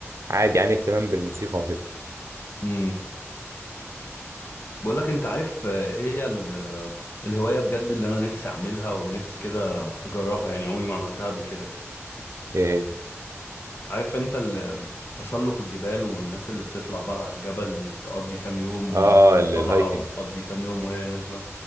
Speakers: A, on the right; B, on the left.
A: عادي عندي اهتمام بالموسيقى وكده
B: امم بقول لك انت عارف آه، ايه هي ال- آه، الهواية بجد اللي انا نفسي اعملها ونفسي كده اجربها يعني عمري ما عملتها قبل كده
A: ايه هي
B: عارف انت ال- آه، تسلق الجبال والناس اللي بتطلع بقى على الجبل تقضي كام يوم
A: اه
B: وهي
A: اه ال-
B: طالعة
A: الهايكنج
B: وتقضي كام يوم وهي نازلة